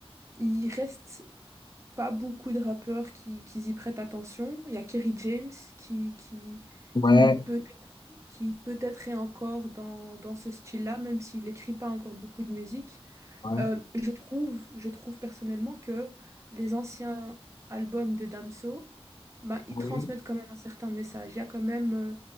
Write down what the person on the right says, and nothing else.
il reste pas beaucoup de rappeurs qui, qui y prêtent attention. Il y a Kerry James qui, qui,
qui peut-être qui peut-être est encore dans, dans ce style-là, même s'il n'écrit pas encore beaucoup de musique.
Euh, je trouve, je trouve personnellement que les anciens albums de Damso, bah, ils
transmettent quand même un certain message. Il y a quand même euh,